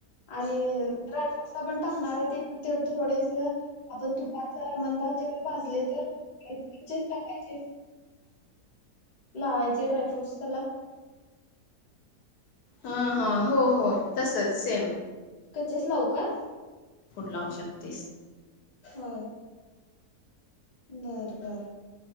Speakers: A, on the left (about 40°); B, on the left (about 75°).
A: आणि ड्रायफ्रूट पण टाकणार आहे ते, ते थोडेस आपण तुपात जरा मंद आचेवर भाजले तर कच्चेच टाकायचे लावायचे ड्राय फ्रूट्स त्याला
B: हा, हा हो, हो तसच सेम
A: कचेस लावू का
B: पुढ लाव शकतेस
A: होय बर बर